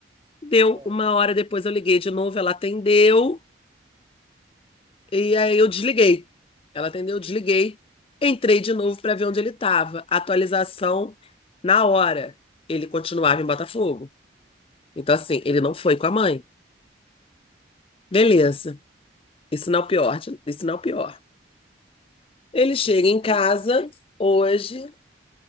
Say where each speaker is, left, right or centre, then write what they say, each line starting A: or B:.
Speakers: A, on the left; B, on the right.
A: Deu
B: É,
A: uma hora depois, eu liguei de novo, ela atendeu. E aí eu desliguei. Ela atendeu, eu desliguei. Entrei de novo para ver onde ele estava. Atualização na hora. Ele continuava em Botafogo. Então, assim, ele não foi com a mãe. Beleza. Isso não é o pior. Isso não é o pior. Ele
B: você
A: chega
B: fez.
A: em casa hoje.